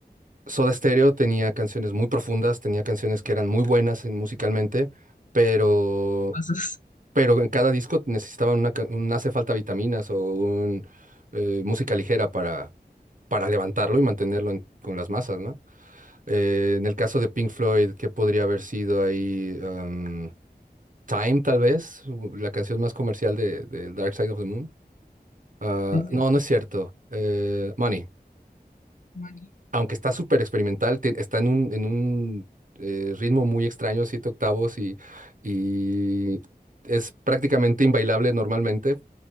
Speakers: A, on the right; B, on the left.
A: Soda Stereo tenía canciones muy profundas, tenía canciones que eran muy buenas en- musicalmente, pero
B: Cosas
A: pero en cada disco necesitaban una, ca- un hace falta vitaminas o un eh, música ligera para, para levantarlo y mantenerlo en- con las masas, ¿no? Eh, en el caso de Pink Floyd, ¿qué podría haber sido ahí? Am, Time, tal vez, la canción más comercial de, de Dark Side of the Moon. Ah,
B: <laughs> desde
A: no, no es cierto. Eh, Money.
B: Mani.
A: aunque está súper experimental, te- está en un, en un eh, ritmo muy extraño, siete octavos, y, y es prácticamente inbailable normalmente,